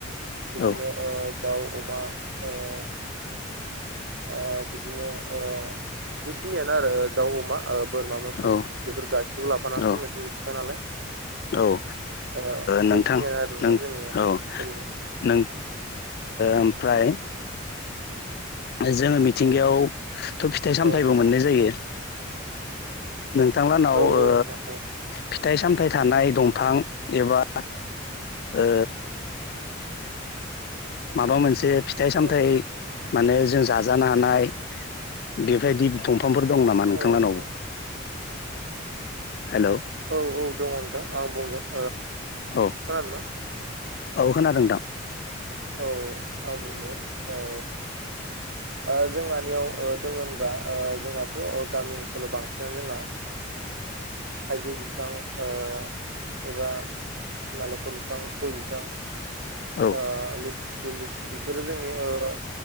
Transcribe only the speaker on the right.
बिदिनो
ओ दाउ अमा ओ ओ बिदिनो ओ बेखिनियानो आरो ओ दाउ अमा आरो ओ बोरमा मोसौ
बेफोर गासिखौबो लाफानानैसो
मोनसे मिथिगा नालाय
ओ
बेखिनियानो आरो नोंथां
जोंनियाव
सोलिनाय
औ
औ
औ नोंथां औ
औ
औ औ
औ औ दङ' नोंथां आं बुंगोन
खोनादोंना
औ आं बुंगोन औ ओ जोंहानियाव दङ' होनबा जोंनाथ' गामि ओनसोलाव बांसिनानो जोंना थाइजौ बिफां ओ एबा नालेंखर बिफां गय बिफां
ओ लिथुु लिसु बेफोरो जोंनि ओ